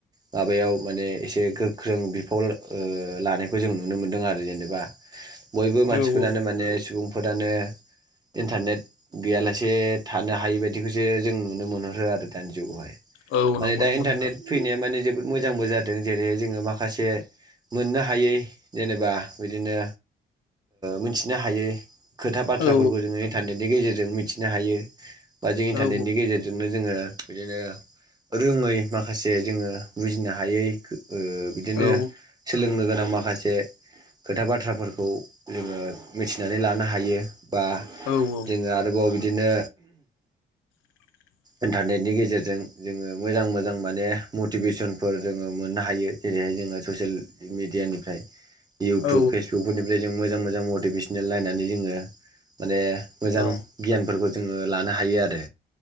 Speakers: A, on the right; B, on the left.
A: माबायाव माने एसे गोख्रों बिफल ओ लानायखौ जों नुनो मोनदों आरो जेनेबा बयबो
B: औ
A: मानसिफोरानो
B: औ
A: माने सुबुंफोरानो इन्टारनेट गैयालासे थानो हायि बायदिखौसो जों नुनो मोनहरो आरो दानि जुगावहाय माने
B: औ नंगौ
A: दा
B: नंगौ
A: इन्टारनेट
B: नोंथां
A: फैनाया माने जोबोद मोजांबो जादों जेरैहाय जोङो माखासे मोननो हायै जेनेबा बिदिनो मिथिनो हायै खौ बाथ्राफोरखौ
B: औ
A: जोङो इन्टारनेटनि गेजेरजों मिथिनो हायो बा जों इन्टारनेटनि
B: औ
A: गेजेरजोंनो जोङो बिदिनो रोङै माखासे जोङो बुजिनो हायै ओ बिदिनो
B: औ
A: सोलोंनो गो नां माखासे खोथा बाथ्राफोरखौ जोङो मिथिनानै लानो हायो। बा
B: औ
A: जोङो आरोबाव बिदिनो
B: <inaudible>
A: इन्टारनेटनि गेजेरजों जोङो मोजां मोजां माने मटिभेसनफोर जोङो मोननो हायो जेरैहाय जोङो ससियेल मिडियानिफ्राय। इउटुब
B: औ
A: फेसबुकफोरनिफ्राय जों मोजां मोजां मटिभेसनेल नायनानै जोङो माने मोजां
B: औ
A: गियानफोरखौ जोङो लानो हायो आरो